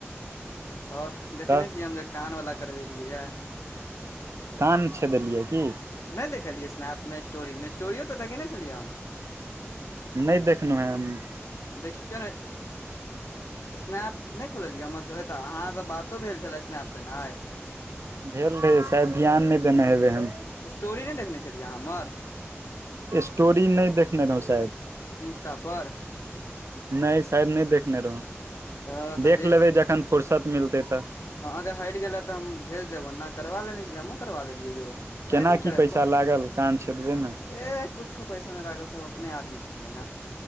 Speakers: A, on the left; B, on the right.
A: और देखने
B: तऽ
A: छियै हम जे- कान वला करबेलियै येए।
B: कान छे देलियै की-
A: नै देखलियै स्नप में स्टोरी में स्टोरी यो तऽ लगेने छेलियै हम।
B: नय देखलौहें हम्म।
A: देखियौ ने स्नैप, नय खोललियै हमरऽ <unintelligible> अहाँ स बातो भेल छलै स्नैप पेने आय।
B: भेल रहै शायद ध्यान नय देने हेबै हम।
A: स्टोरी नय देखने छलियै अहाँ हम्मर?
B: स्टोरी नय देखने रहौं शैद
A: इंस्टा पर।
B: नय शैद नय देखने रहौ।
A: तऽ
B: देख लेबै जखन फुरसत मिलतै तऽ
A: अहाँके हैट गेलै तऽ हम, भेज देब ओन्ना। करबा लेने छलियै हमूँ करबा लेलियै यौ।
B: केना
A: काइले
B: की
A: करब,
B: पैसा
A: प
B: लागल काम छै देबै ने
A: <inaudible> एह कुछो पैइसा नय लागत सब अपने आदमी छथिन ने।